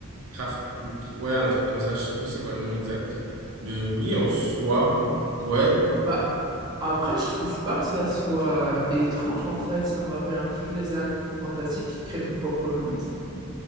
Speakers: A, on the right (about 80°); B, on the right (about 20°).
A: Craft book. Ouais, un truc comme ça, je sais plus c'est quoi le nom exact. Mais oui, en soi, ouais.
B: Bah, après, je trouve pas que ça soit étrange, en fait. Ça me rappelle un petit peu les animaux fantastiques qui créent ton propre monde,